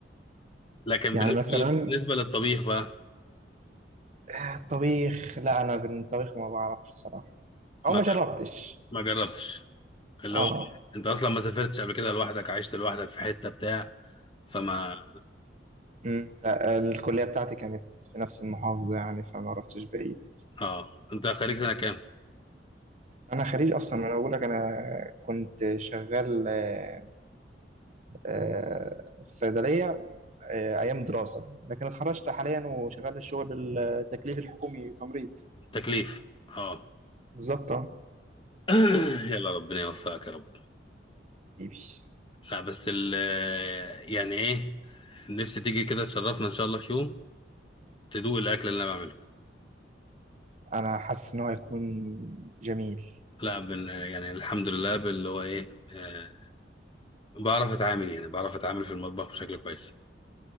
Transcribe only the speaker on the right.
يعني
مثلا
آه، الطبيخ لا انا بالطبيخ ما بعرفش صراحه او
ما جربتش
اه
أمم، لا الكليه بتاعتي كانت في نفس المحافظه يعني فما رحتش بعيد
انا خريج اصلا ما انا بقول لك انا كنت شغال آه، آه، في صيدليه آه، ايام دراسه لكن اتخرجت حاليا وشغال الشغل التكليف الحكومي تمريض
بالظبط آه.
حبيبي
انا حاسس ان هو هيكون جميل